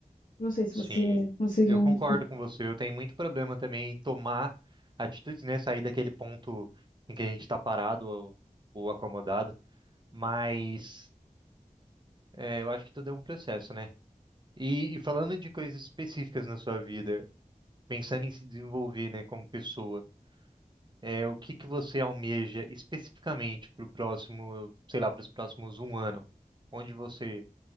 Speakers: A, on the left; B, on the right.
A: Não sei se
B: Sim,
A: você conseguiu
B: eu concordo com você. Eu tenho muito problema também em tomar atitudes, né? Sair daquele ponto em que a gente está parado ou, ou acomodado. Mas é, eu acho que tudo é um processo, né? E, e falando de coisas específicas na sua vida, pensando em se desenvolver, né, como pessoa, é, o que que você almeja especificamente para o próximo, sei lá, para os próximos um ano? Onde você